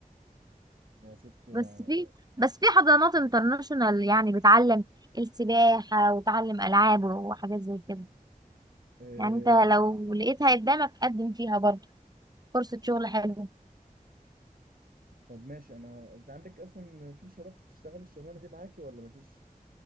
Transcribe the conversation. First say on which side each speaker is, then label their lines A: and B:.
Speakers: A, on the right (about 85°); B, on the right (about 25°).
A: يا ست يعني
B: بس في بس في حضانات انترناشونال يعني بتعلم السباحة وتعلم ألعاب وحاجات زي كده
A: آه،
B: يعني انت لو لقيتها قدامك قدم فيها برضه فرصة شغل حلوة
A: طب ماشي أنا أنت عندك أصلا في شباب بتشتغل الشغلانة دي معاكي ولا مفيش؟